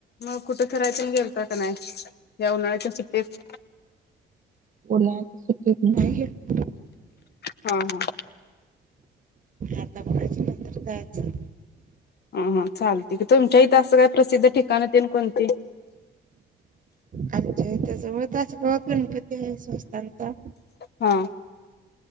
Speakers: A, on the left; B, on the right.
A: मग कुठे कराय घेता का नाही या उन्हाळ्याच्या सुट्टीत.
B: उन्हाळ्याच्या सुट्टीत नाही गेलतो.
A: हा हा.
B: आताा बघाची नंतर जायचं.
A: ह ह चालते की, तुमच्या इथे असं काही प्रसिद्ध ठिकाण येल कोणते.
B: आमच्या इथ जवळ तास गावात गणपती आहे, संवस्थांचा.
A: हा.